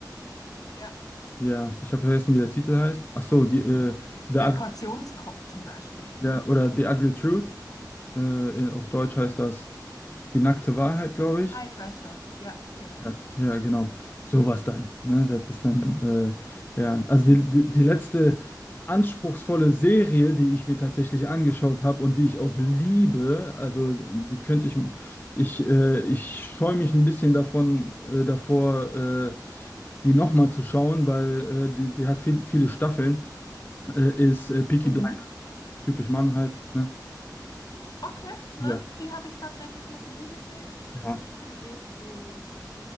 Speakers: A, on the left; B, on the left.
A: Ja.
B: Ja, ich habe vergessen, wie der Titel heißt. Ach so, die, äh, The Ugly,
A: Der Kautionskopf zum Beispiel.
B: ja, oder The Ugly Truth. Äh, auf Deutsch heißt das Die nackte Wahrheit, glaube ich.
A: Ah, ich weiß schon. Ja, genau.
B: Ja, ja, genau. Sowas dann. Ne? Das ist dann, äh, ja, also die, die, die letzte anspruchsvolle Serie, die ich mir tatsächlich angeschaut habe und die ich auch liebe, also die könnte ich, m- ich, äh, ich scheue mich ein bisschen davon, äh, davor, äh, die nochmal zu schauen, weil äh, die, die hat viel, viele Staffeln, äh, ist äh, Peaky
A: Mhm.
B: Blind, typisch Mann halt, ne?
A: Okay, ne?
B: Ja.
A: Die habe ich tatsächlich noch nie gesehen. Ich,
B: Ja.
A: ich bin eher so,